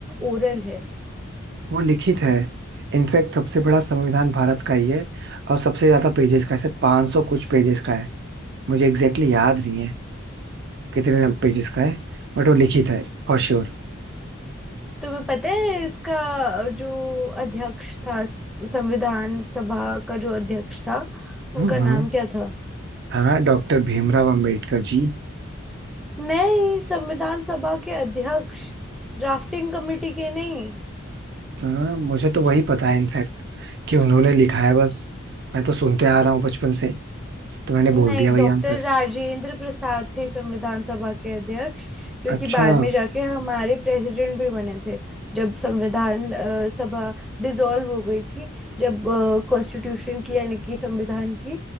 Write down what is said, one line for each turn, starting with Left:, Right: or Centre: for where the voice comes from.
Centre: ओरल है
Right: वो लिखित है इनफैक्ट सबसे बड़ा संविधान भारत का ही है और सबसे ज्यादा पेजेस का है पांच सौ कुछ पेजेस का है मुझे एग्जैक्टली exactly याद नहीं है कितने पेजेस का है बट वो लिखित है फॉर श्योर
Centre: तुम्हें पता है इसका जो अध्यक्ष था संविधान सभा का जो अध्यक्ष था उनका
Right: हम्म
Centre: नाम
Right: हम्म,
Centre: क्या था
Right: हाँ डॉक्टर भीमराव अम्बेडकर जी
Centre: नहीं संविधान सभा के अध्यक्ष ड्राफ्टिंग कमेटी के नहीं
Right: हाँ मुझे तो वही पता है इनफैक्ट कि उन्होंने लिखा है बस मैं तो सुनते आ रहा हूँ बचपन से तो मैंने बोल
Centre: नहीं
Right: दिया वही
Centre: डॉक्टर
Right: आंसर
Centre: राजेंद्र प्रसाद थे संविधान सभा के अध्यक्ष जो
Right: अच्छा
Centre: कि बाद में जाके हमारे प्रेसिडेंट भी बने थे जब संविधान अ, सभा डिसॉल्व हो गई थी जब कॉन्स्टिट्यूशन की यानी कि संविधान की